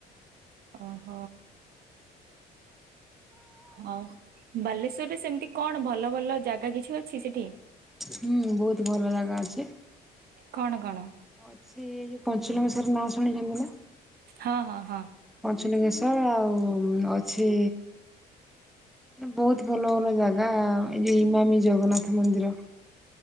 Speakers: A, on the right; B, in the centre.
A: ଅହ। ହଁ ବାଲେଶ୍ଵରରେ ସେମିତି କଣ ଭଲ ଭଲ ଜାଗା କିଛି ଅଛି ସେଠି?
B: ହୁଁ ବହୁତ୍ ଭଲ ଜାଗା ଅଛି।
A: କଣ କଣ?
B: ଅଛି ଯୋଉ ପଞ୍ଚଲିଙ୍ଗେଶର ନାଁ ଶୁଣିଚନ୍ତି ନା?
A: ହଁ-ହଁ-ହଁ
B: ପଞ୍ଚୁଲିଙ୍ଗେଶ୍ଵର୍ ଆଉ ଅଛି ବହୁତ୍ ଭଲ ଭଲ ଜାଗା ଏ ଯୁ ଇମାମି ଜଗନ୍ନାଥ ମନ୍ଦିର।